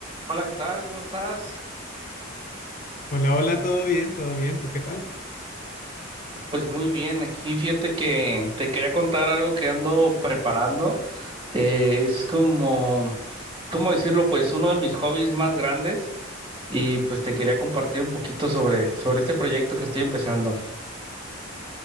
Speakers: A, on the right (about 25°); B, on the left (about 45°).
A: Hola, ¿qué tal? ¿Cómo estás?
B: Hola, hola, todo bien, todo bien, ¿tú qué tal?
A: Pues muy bien, aquí fíjate que te quería contar algo que ando preparando. Eh, es como, ¿cómo decirlo? Pues uno de mis hobbies más grandes y pues te quería compartir un poquito sobre, sobre este proyecto que estoy empezando.